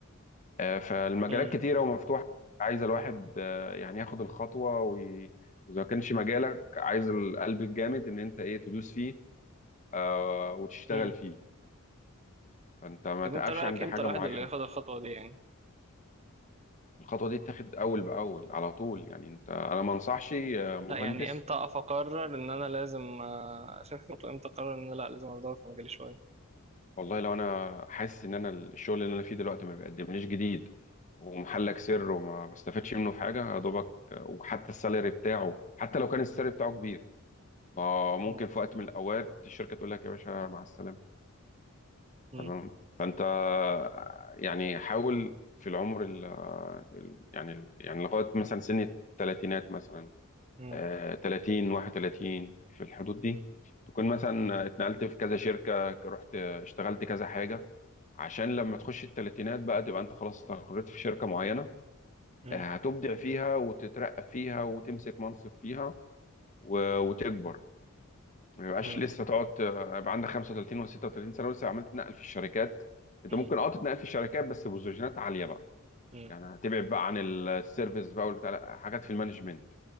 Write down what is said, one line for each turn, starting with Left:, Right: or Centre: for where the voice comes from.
Left: آه، فالمجالات
Right: مم.
Left: كتيرة ومفتوحة عايز الواحد آه، يعني ياخد الخطوة وي- وإذا ما كانش مجالك عايز القلب الجامد إن أنت إيه تدوس فيه آه، وتشتغل
Right: مم.
Left: فيه فانت ما
Right: طب
Left: تقفش
Right: انت رايك
Left: عند
Right: امتى
Left: حاجه
Right: الواحد
Left: معينه
Right: اللي ياخد الخطوه دي يعني
Left: الخطوه دي تتاخد اول باول على طول يعني انت انا ما انصحش آه، مهندس
Right: لا يعني امتى اقف اقرر ان انا لازم آه، اشوف خطوه امتى اقرر ان أنا لا لازم ادور في مجالي شويه
Left: والله لو انا حاسس ان انا الشغل اللي انا فيه دلوقتي ما بيقدمليش جديد ومحلك سر وما بستفادش منه في حاجه يا دوبك آه، وحتى السالري بتاعه حتى لو كان السالري بتاعه كبير ما ممكن
Right: مم.
Left: في وقت من الاوقات الشركه تقول لك يا باشا مع السلامه
Right: مم.
Left: تمام فانت آه، يعني حاول في العمر ال آه، ال- يعني ال- يعني لغايه مثلا سن الثلاثينات مثلا
Right: مم.
Left: آه، 30 31 في الحدود دي تكون
Right: مم.
Left: مثلا اتنقلت في كذا شركة رحت اشتغلت كذا حاجة عشان لما تخش التلاتينات بقى تبقى انت خلاص استقريت في شركة معينة
Right: مم.
Left: آه، هتبدع فيها وتترقى فيها وتمسك منصب فيها و- وتكبر ما يبقاش
Right: مم.
Left: لسه تقعد آه، يبقى عندك 35 و36 سنة ولسه عمال تتنقل في الشركات انت
Right: مم.
Left: ممكن اه تتنقل في الشركات بس بوزيشنات عالية بقى
Right: مم.
Left: يعني هتبعد بقى عن السيرفيس بقى والبتاع لا، حاجات في المانجمنت